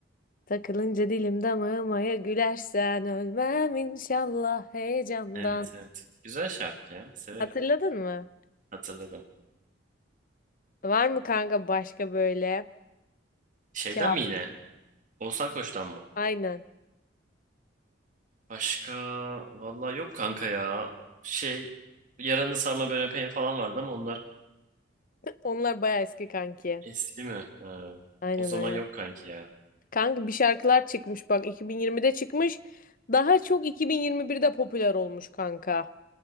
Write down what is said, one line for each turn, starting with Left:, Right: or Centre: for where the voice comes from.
Left: Takılınca dilim damağıma ya gülersen ölmem inşallah heyecandan.
Right: Evet evet. Güzel şarkı ya. Severim.
Left: Hatırladın mı?
Right: Hatırladım.
Left: Var mı kanka başka böyle?
Right: Şeyden
Left: Çal.
Right: mi yine? Oğuzhan Koç'tan mı?
Left: Aynen.
Right: Başka vallahi yok kanka ya. Şey Yaranı Sarma Ben Öpeyim falan vardı ama onlar
Left: <laughs> Onlar baya eski kanki.
Right: eski mi? Ha,
Left: Aynen
Right: o zaman
Left: aynen.
Right: yok kanki ya.
Left: Kanka bir şarkılar çıkmış bak 2020'de çıkmış. Daha çok 2021'de popüler olmuş kanka.